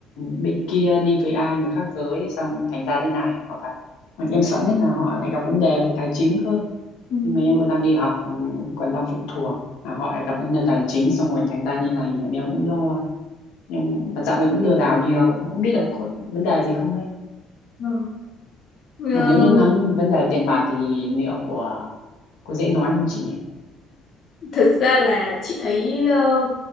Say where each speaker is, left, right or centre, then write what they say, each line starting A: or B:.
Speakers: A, on the left; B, on the left.
A: bên kia đi với ai người khác giới xong thành ra thế này hoặc là còn em sợ nhất là họ lại gặp vấn đề về tài chính cơ
B: ừm,
A: nhưng mà em còn đang đi học ừ, còn đang phụ thuộc là họ lại gặp vấn đề tài chính xong rồi thành ra như này là em cũng lo em mà dạo này cũng lừa đảo nhiều không biết là có vấn đề gì không
B: ờ. Ừ,
A: mà nếu như nói vấn đề tiền bạc thì liệu ờ, có dễ nói không chị nhỉ
B: Thực ra là chị thấy ờ,